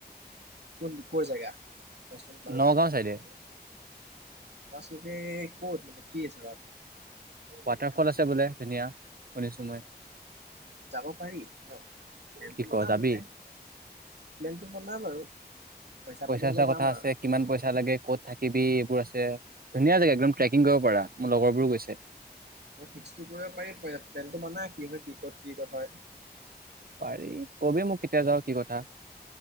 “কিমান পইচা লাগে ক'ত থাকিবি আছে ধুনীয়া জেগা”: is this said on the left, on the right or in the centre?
Right